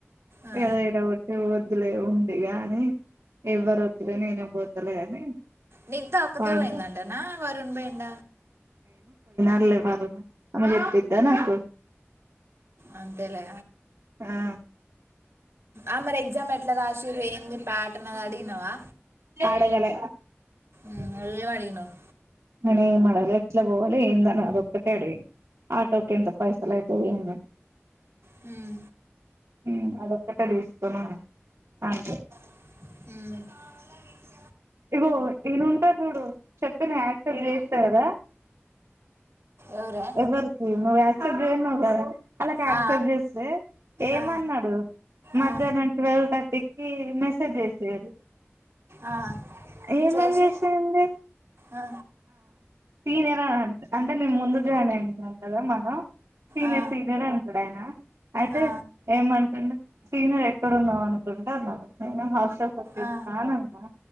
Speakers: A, on the right (about 70°); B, on the right (about 80°).
A: ఆ.
B: ఏద ఇద ఉటి ఒద్దు లే దిగా అని ఎవ్వరు వద్దులే నేనే పోతలే అని
A: నిగ్ధ ఒక్కదే
B: వాడు
A: పోయిందంటేనా వరుణ్ పోయిండ
B: మారు అ పెద్ద నాకు
A: అంతేలా
B: ఆ
A: అమరి ఎగ్జామ్ ఎట్లా రా వేయింది ప్యాటర్న్ అది అడిగినవా
B: ఆడుగల
A: మ్ ల్ ఏమడిగానవ్
B: నన మాల ఎట్ల పోవాలి ఇందనా అదక్కట్ట అడి ఆటోకి ఎంత పైసలయితు ఇంద
A: మ్
B: మ్ అదొక్కటే తీసుకోన్నా అంతే
A: మ్
B: ఇగో ఏనుంటారు చూడు చెప్పను యాక్ క్లీన్ చేస్తానర
A: ఎవరే
B: ఎవరికి నువ్ యాక్సెప్ట్ చేయ నువ్వు కదా, అలాకి యాక్సెప్ట్
A: ఆ,
B: చేస్తే ఏమన్నాడు,
A: ఆ,
B: మధ్యాహ్నం
A: ఆ, ఆ,
B: ట్వెల్వ్ థర్టీకి మెసేజ్ చేసిరు
A: ఆ.
B: ఏమని
A: చేసి
B: చేసయండి
A: ఆ,
B: సీనియర్ అంత అంటే నేను ముందు జాయిన్ అయిను కదా మనం, సీనియర్
A: ఆ,
B: సీనియర్ అంటాడు ఆయన అయితే
A: ఆ,
B: ఏమంటుడు సీనియర్ ఎక్కడన్నావు అనుకుంటే నాకుస్ చ్చేస్తానన్నా
A: ఆ,